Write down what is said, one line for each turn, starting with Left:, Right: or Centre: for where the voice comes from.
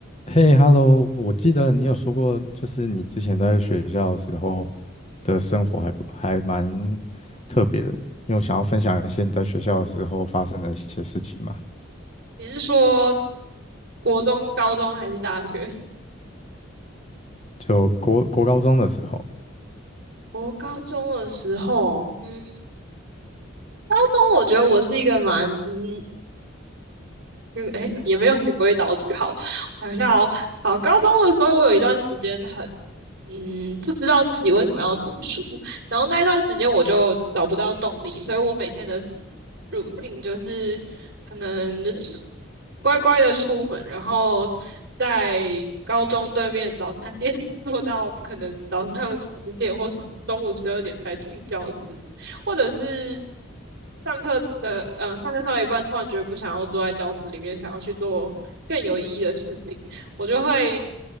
Left: 嘿，Hello，我记得你有说过，就是你之前在学校的时候的生活还不还蛮特别的。你有想要分享一些你在学校的时候发生的一些事情吗？
Right: 你是说国中、高中还是大学？<laughs>
Left: 就国国高中的时候，
Right: 我高中的时候，嗯，高中我觉得我是一个蛮嗯就哎，诶也没有循规蹈矩。好，我想一下哦。好，高中的时候，我有一段时间很，嗯，不知道自己为什么要读书，然后那一段时间我就找不到动力，所以我每天的 routine 就是可能乖乖的出门，然后在高中对面早餐店 <laughs> 坐到可能早上十点或是中午十二点才进教室，或者是上课的呃，上课上到一半，突然觉得不想要坐在教室里面，想要去做更有意义的事情，我就会直